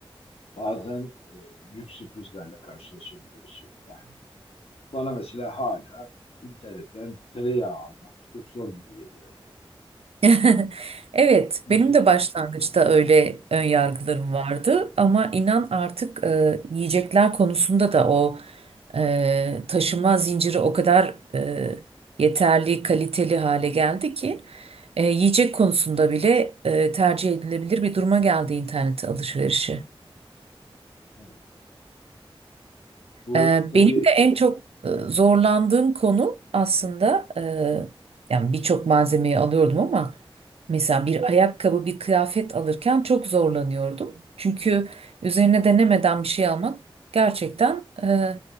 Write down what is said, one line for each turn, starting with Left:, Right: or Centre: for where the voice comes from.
Left: bazen e, büyük sürprizlerle karşılaşabiliyorsun. Yani bana mesela hala internetten tereyağı almak çok zor gibi geliyor ya da ne bileyim,
Right: <laughs> Evet,
Left: yiyecek
Right: benim de başlangıçta
Left: almak.
Right: öyle ön yargılarım
Left: Evet,
Right: vardı ama inan artık e, yiyecekler konusunda da o e, taşıma zinciri o kadar e, yeterli, kaliteli hale geldi ki e, yiyecek konusunda bile e, tercih edilebilir bir duruma geldi internet alışverişi.
Left: evet. Bu
Right: E,
Left: tabii
Right: benim de en çok e, zorlandığım konu aslında e, yani birçok malzemeyi alıyordum ama mesela bir ayakkabı, bir kıyafet alırken çok zorlanıyordum. Çünkü üzerine denemeden bir şey almak gerçekten e,